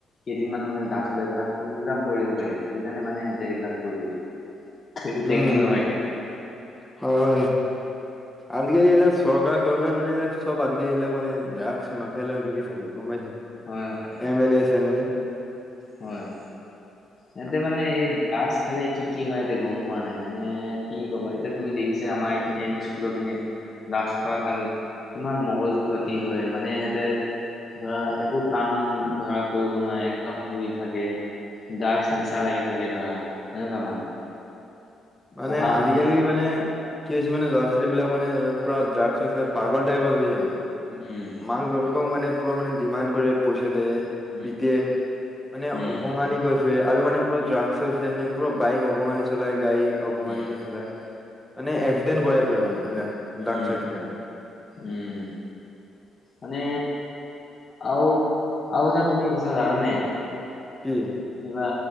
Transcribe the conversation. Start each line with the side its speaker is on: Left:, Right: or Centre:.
Left: কেইদিনমান মানে ডাগৰ ব্যৱহাৰ পোৰা কৰিব পাৰিব, সেইকাৰণে মানে সিহঁতে এইবিলাক কৰি গৈছে সেইটো
Centre: উম,
Left: টেকনিক লগাইছে
Centre: হয়, হয়। আজিকালি এইবিলাক চৰকাৰ তৰকাৰ মানে এইবিলাক চব আজিকালি এইবিলাক মানে ড্ৰাগছ মাফিয়া লগে মিলি থাকে। গম পাইছেনে?
Left: হয় হয়।
Centre: M L A, same L এ।
Left: হয়।
Centre: <inaudible>
Left: ইহতে মানে এই ড্ৰাগছ খালে কি কি হয় ইহঁতে গম পোৱা নাই, মানে কি ক'বা এতিয়া তুমি দেখিছা আমাৰ নে স্কুলৰ পিনে ড্ৰাগছ খোৱা কান কিমান মগজু ক্ষতি হয়, মানে সিহঁতে ধৰা একো কাম ধৰা কৰিব নোৱাৰে। ম শুই থাকে, ড্ৰাগছ নিচা লাগি থাকে ধৰা এনেকুৱা মানে।
Centre: মানে
Left: পঢ়া
Centre: আজিকালি
Left: শুনা
Centre: মানে কি হৈছে মানে ল'ৰা ছোৱালবিলাক মানে পুৰা ড্ৰাগ চাগ পাগল টাইপৰ হৈ গৈয়ে মানে।
Left: উ, উম।
Centre: মাক বাপেক মানে পূৰা মানে ডিমাণ্ড কৰে, পইচা দিয়ে।
Left: উম
Centre: পিটে মানে
Left: উম
Centre: অ'ভঙালী গৈ আৰু মানে পুৰা ট্ৰাগ চাগ মানে পুৰা বাইক অভঙালী চলাই, গাড়ী অভঙালী
Left: উম
Centre: চলায়। মানে এক্সিডেণ্ট কৰাই ফুৰে মানে এইবিলাক। ড্ৰাগছ
Left: উম,
Centre: চাগছ খাই
Left: উম। মানে আৰু, আৰু এটা তুমি কথা জানানে?
Centre: কি?
Left: কিবা